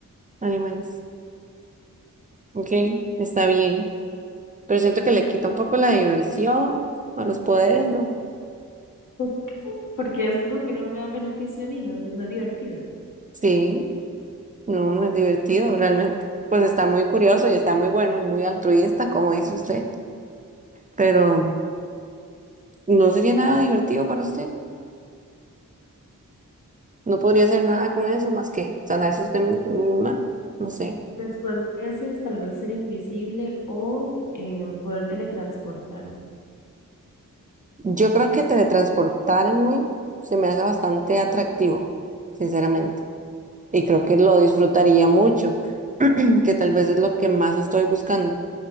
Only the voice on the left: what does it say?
¿Por qué? porque es algo que no me da un beneficio a mí, no, es no es divertido.
Después de veces, tal vez ser invisible o eh, poder teletransportarme.